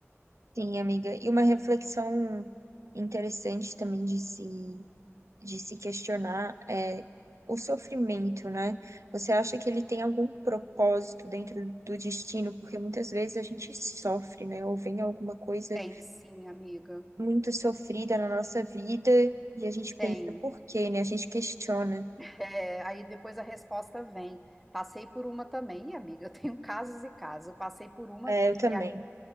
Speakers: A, on the right (about 80°); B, in the centre.
A: Sim, amiga. E uma reflexão interessante também de se, de se questionar é o sofrimento, né? Você acha que ele tem algum propósito dentro do destino? Porque muitas vezes a gente sofre, né? Ou vem alguma coisa
B: Tem sim, amiga.
A: muito sofrida na nossa vida e a gente
B: Tem.
A: pensa, por quê, né? A gente questiona.
B: É, aí depois a resposta vem. Passei por uma também, e amiga, eu tenho <laughs> casos e casos. Eu passei por uma
A: É, eu também.
B: que